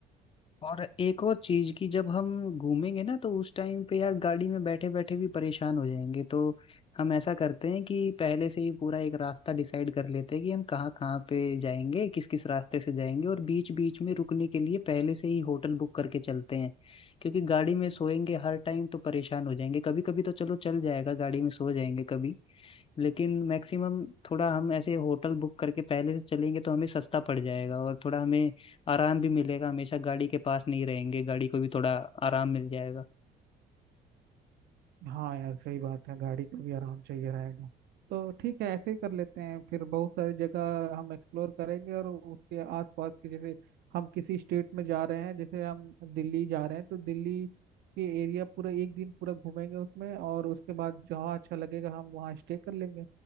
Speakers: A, on the left; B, on the right.
A: और एक और चीज की जब हम घूमेंगे ना तो उस टाइम पे यार गाड़ी में बैठे बैठे भी परेशान हो जाएंगे तो हम ऐसा करते हैं कि पहले से ही पूरा एक रास्ता डिसाइड कर लेते हैं कि हम कहाँ कहाँ पे जाएंगे किस किस रास्ते से जाएंगे और बीच बीच में रुकने के लिए पहले से ही होटल बुक करके चलते हैं क्योंकि गाड़ी में सोएंगे हर टाइम तो परेशान हो जाएंगे कभी कभी तो चलो चल जाएगा गाड़ी में सो जाएंगे कभी लेकिन मैक्सिमम थोड़ा हम ऐसे होटल बुक करके पहले से चलेंगे तो हमें सस्ता पड़ जाएगा और थोड़ा हमें आराम भी मिलेगा हमेशा गाड़ी के पास नहीं रहेंगे गाड़ी को भी थोड़ा आराम मिल जाएगा
B: हाँ यार सही बात है गाड़ी को भी आराम चाहिए रहेगा तो ठीक है ऐसे ही कर लेते हैं फिर बहुत सारी जगह हम एक्सप्लोर करेंगे और उसके आसपास के जैसे हम किसी स्टेट में जा रहे हैं जैसे हम दिल्ली जा रहे हैं तो दिल्ली के एरिया पूरा एक दिन पूरा घूमेंगे उसमें और उसके बाद जहाँ अच्छा लगेगा हम वहाँ स्टे कर लेंगे